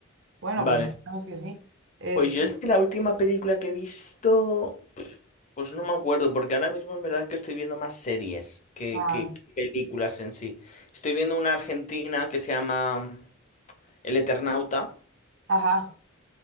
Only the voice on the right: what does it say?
Bueno,
pues esperemos que sí. Este,
ah,
ajá,